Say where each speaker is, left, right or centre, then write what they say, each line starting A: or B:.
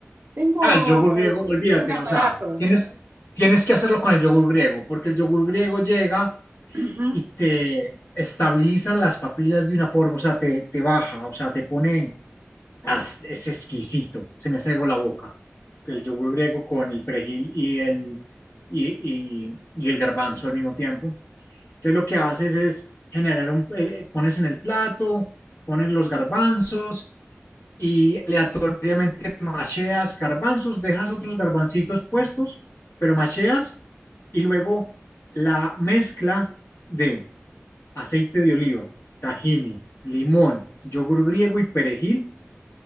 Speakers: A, on the right; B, on the left.
A: Tengo
B: ah, el yogur griego, olvídate,
A: un aparato.
B: o sea, tienes, tienes que hacerlo con el yogur griego, porque el yogur griego llega
A: Ujú,
B: y te estabilizan las papilas de una forma, o sea, te, te baja, o sea, te pone, ah, es exquisito, se me hace agua la boca, el yogur griego con el perejil y el, y, y- y el garbanzo al mismo tiempo. Entonces lo que haces es generar un, eh, eh, pones en el plato, pones los garbanzos y aleatoriamente macheas garbanzos, dejas otros garbancitos puestos, pero macheas y luego la mezcla de aceite de oliva, tahini, limón, yogur griego y perejil,